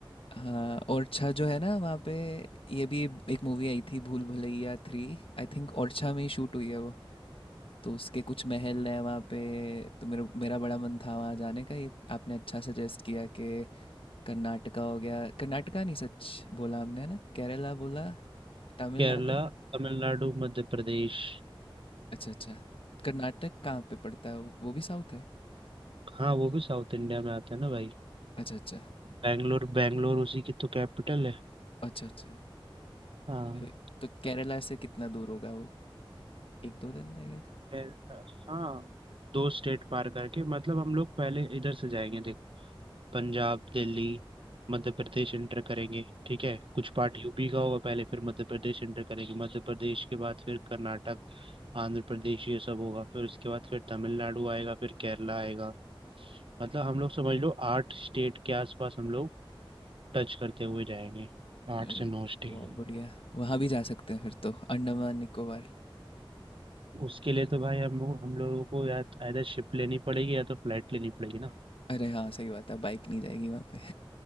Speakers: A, on the left (about 75°); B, on the right (about 70°).
A: हाँ ओरछा जो है ना वहाँ पे ये भी एक मूवी आई थी भूल भुलैया थ्री आई थिंक ओरछा में ही शूट हुई है वो तो उसके कुछ महल हैं वहाँ पे तो मेरा मेरा बड़ा मन था वहाँ जाने का ये आपने अच्छा सजेस्ट किया कि कर्नाटका हो गया कर्नाटका नहीं सच बोला हमने है ना केरला बोला तमिलनाडु
B: केरला तमिलनाडु मध्य प्रदेश
A: अच्छा अच्छा कर्नाटक कहाँ पे पड़ता है वो वो भी साउथ है
B: हाँ वो भी साउथ इंडिया में आता है ना भाई
A: अच्छा अच्छा
B: बैंगलोर बैंगलोर उसी की तो कैपिटल है
A: अच्छा अच्छा
B: हाँ
A: तो, तो केरला से कितना दूर होगा वो एक दो दिन आई गेस
B: केरला, हाँ दो स्टेट पार करके मतलब हम लोग पहले इधर से जाएंगे पंजाब दिल्ली मध्य प्रदेश इंटर करेंगे ठीक है कुछ पार्ट यूपी का होगा पहले फिर मध्य प्रदेश इंटर करेंगे मध्य प्रदेश के बाद फिर कर्नाटक आंध्र प्रदेश ये सब होगा फिर उसके बाद फिर तमिलनाडु आएगा फिर केरला आएगा मतलब हम लोग समझ लो आठ स्टेट के आसपास हम लोग टच करते हुए जाएंगे आठ
A: अरे
B: से नौ स्टेट
A: बहुत बढ़िया वहाँ भी जा सकते हैं फिर तो अंडमान निकोबार
B: उसके लिए तो भाई हम लोग हम लोगों को या तो either शिप लेनी पड़ेगी या तो फ्लाइट लेनी पड़ेगी ना
A: अरे हाँ सही बात है बाइक नहीं जाएगी वहाँ पे